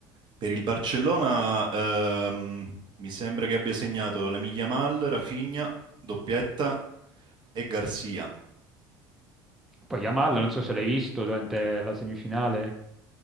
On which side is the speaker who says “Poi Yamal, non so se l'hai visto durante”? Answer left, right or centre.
Centre